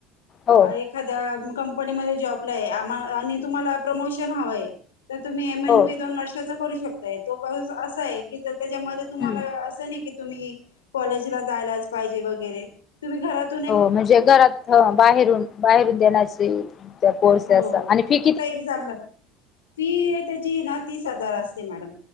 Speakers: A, on the left (about 35°); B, on the left (about 75°).
A: हो
B: <inaudible> अ एक एखाद्या कंपनीमध्ये जॉबला आहे, आम आणि तुम्हाला प्रमोशन हवंय. तर तुम्ही एम एन
A: हो
B: पी दोन वर्षाचा करू शकताय. तो असा आहे की, त्याच्या मध्ये
A: हम्म
B: तुम्हाला असं नाही की, तुम्ही कॉलेजला जायलाच पाहिजे वगैरे. तुम्ही घरात
A: हो. म्हणजे घरात बाहेरून बाहेरून देण्याची त्या कोर्स
B: हो
A: असं. आणि फि
B: फक्त एक्झामला. फी त्याची ना तीस हजार असते मॅडम.